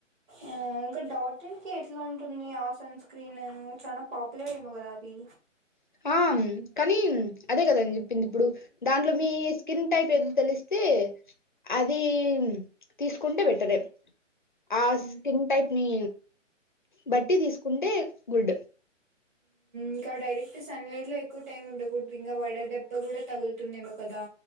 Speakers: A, on the right; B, on the left.
A: ఆ ఇంకా డాటిన్ కి ఎట్లాంటుంది ఆ సన్ స్క్రీన్ చాల పాపులర్ ఏమో కదా అది
B: ఆ కానీ అదే కదాని చెప్పింది ఇప్పుడు దాంట్లో మీ స్కిన్ టైప్ ఏదో తెలిస్తే అది తీసుకుంటే ఆ
A: ఉమ్,
B: స్కిన్ టైప్ ని బట్టి తీసుకుంటే గుడ్
A: ఇంకా డైరెక్ట్ సన్లైట్లో ఎక్కువ టైం ఉండకూడదు ఇంకా వడ దెబ్బ కూడా తగులుతుందేమో కదా